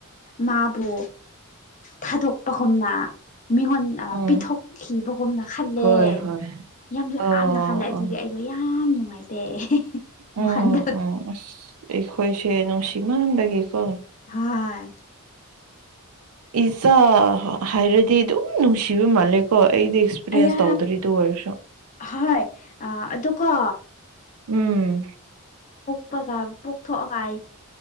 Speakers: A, on the left; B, on the right.
A: ꯃꯥꯕꯨ ꯊꯥꯗꯣꯛꯄꯒꯨꯝꯅ ꯃꯤꯉꯣꯟ
B: ꯎꯝ
A: ꯄꯤꯊꯣꯛꯈꯤꯕꯒꯨꯝꯅ ꯈꯜꯂꯦ
B: ꯍꯣꯏ ꯍꯣꯏ
A: ꯌꯥꯝ ꯂꯥꯞꯅ
B: ꯑꯣ
A: ꯈꯜꯂꯦ ꯑꯗꯨꯒꯤ
B: ꯑꯣ
A: ꯑꯩꯗꯣ ꯌꯥꯝ ꯅꯨꯡꯉꯥꯏꯇꯦ
B: ꯎꯝ
A: ꯋꯥꯈꯟꯗ
B: ꯎꯝ ꯑꯦꯈꯣꯏꯁꯦ ꯁꯤꯃꯥꯟꯗꯒ ꯀ
A: ꯍꯣꯏ
B: ꯏꯆꯥ ꯍꯥꯏꯔꯗꯤ ꯑꯗꯨꯝ ꯅꯨꯡꯁꯤꯕ ꯃꯥꯜꯂꯦꯀꯣ ꯑꯩꯗ ꯑꯦꯁꯄꯤꯔꯤꯌꯦꯟꯁ
A: ꯑꯌꯥ
B: ꯇꯧꯗ꯭ꯔꯔꯤ ꯑꯗꯨ ꯋꯥꯔꯁꯨ
A: ꯍꯣꯏ ꯑꯗꯨꯒ ꯀꯣ
B: ꯎꯝ
A: ꯀꯞꯄꯒ ꯄꯣꯛꯊꯣꯛꯑꯒ ꯑꯩ